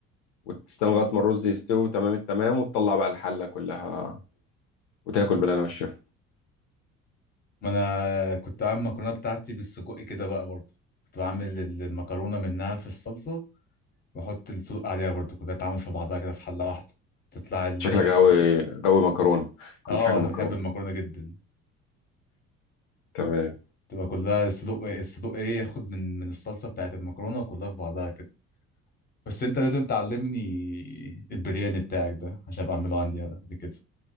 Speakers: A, on the left (about 60°); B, on the left (about 25°).
A: وتستنى لغاية ما الرز يستوي تمام التمام وتطلع بقى الحلة كلها وتاكل بالهنا والشفا
B: ما أنا كنت عامل المكرونة بتاعتي بالسجق كده بقى برضه كنت بعمل ال- المكرونة منها في الصلصة وأحط السجق عليها برضه كلها تعمل في بعضها كده في حلة واحدة تطلع ال
A: شكلك غاوي غاوي مكرونة كل
B: آه
A: حاجة
B: أنا
A: مكرونة
B: بحب المكرونة جدا
A: تمام
B: تبقى كلها الصدوق الصدوق إيه ياخد من من الصلصة بتاعت المكرونة وكلها في بعضها كده بس انت لازم تعلمني البرياني بتاعك ده عشان ابقى اعمله عندي انا بعد كده